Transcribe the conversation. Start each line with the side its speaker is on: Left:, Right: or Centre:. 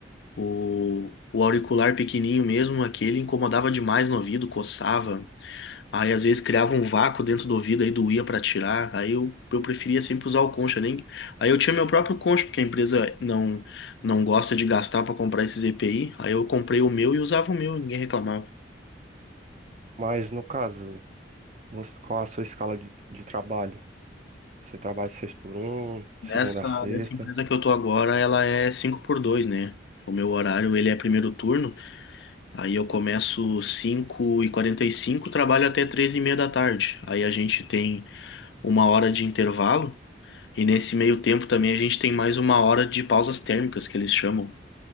Left: O, o auricular pequenininho mesmo, aquele incomodava demais no ouvido, coçava. Aí às vezes criava um vácuo dentro do ouvido, aí doía pra tirar. Aí eu, eu preferia sempre usar o concha, nem. Aí eu tinha meu próprio concha, porque a empresa não não gosta de gastar pra comprar esses EPI. Aí eu comprei o meu e usava o meu, ninguém reclamava.
Right: Mas no caso, você- qual é a sua escala de, de trabalho? Você trabalha seis por um,
Left: Nessa,
Right: segunda a sexta?
Left: nessa empresa que eu tô agora, ela é 5 por dois né? O meu horário, ele é primeiro turno. Aí eu começo cinco e quarenta e cinco trabalho até 3 e meia da tarde. Aí a gente tem uma hora de intervalo e nesse meio tempo também a gente tem mais uma hora de pausas térmicas que eles chamam,